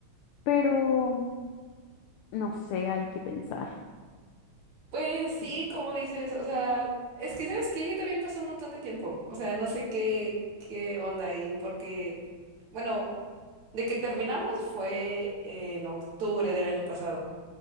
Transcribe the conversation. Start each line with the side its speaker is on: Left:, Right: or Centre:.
Left: pero no sé, hay que pensar.
Right: Pues sí, como dices, o sea, es que sabes que ella también pasó un montón de tiempo. O sea, no sé qué, qué onda ahí, porque, bueno, de que terminamos fue en octubre del año pasado.